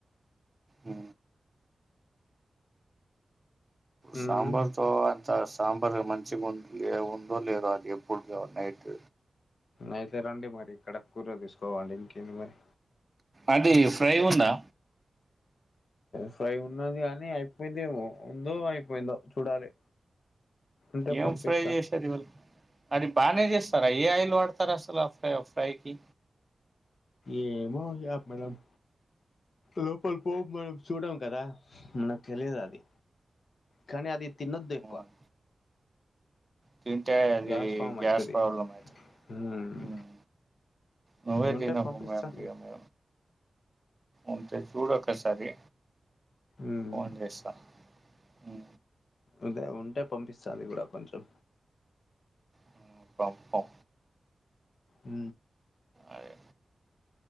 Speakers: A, on the right (about 20°); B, on the left (about 65°).
A: ఉ
B: మ్మ్
A: సాంబార్ తో అంత స్ సాంబార్ మంచిగా ఉ ఉందో లేదో అది ఎప్పటిదో నైట్
B: అయితే రండి మరి ఇక్కడ కూర తీసుకోవాలి ఇంకేంది మరి
A: అది ఫ్రై ఉందా
B: ఫ్రై ఉన్నది గాని అయిపోయిందేమో ఉందో అయిపోయిందో చూడాలి ఉంటే
A: ఏం
B: పంపిస్తా
A: ఫ్రై చేసారు ఇవాళ అదిప్ బానే చేస్తారా అ ఏ ఆయిల్ వాడతారు అసలు ఆ ఫ్రై ఫ్రైకి
B: ఏమో మేడమ్ లోపల పోము మనం చూడం కదా నాకు తెలియదు అది కానీ అది తినొద్దు ఎక్కువ
A: ఉమ్, తింటే అది
B: గ్యాస్ ఫామ్
A: గ్యాస్
B: అయితది
A: ప్రాబ్లమ్ అవుతుంది
B: మ్మ్
A: మ్ నువ్వే
B: ఉంటే
A: తినవ్
B: పంపిస్తా
A: మేడమ్ తీయ మే అవ్ చూడోకసారి
B: ఉమ్
A: ఫోన్ చేస్తా ఉ
B: అదే ఉంటే పంపిస్తా అది కూడా కొంచెం
A: హ్మ్. పంపం
B: ఉ
A: అదే